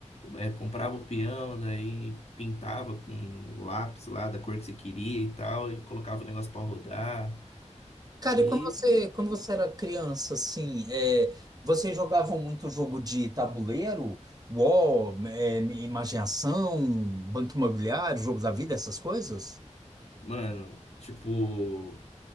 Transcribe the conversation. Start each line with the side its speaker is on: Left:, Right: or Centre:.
Left: é, comprava o peão, daí pintava com lápis lá da cor que você queria e tal, e colocava o negócio pra rodar.
Right: Cara,
Left: E,
Right: e quando você, quando você era criança, assim, é, vocês jogavam muito jogo de tabuleiro? UOL, é, Imaginação, Banco Imobiliário, Jogo da Vida, essas coisas?
Left: mano, tipo,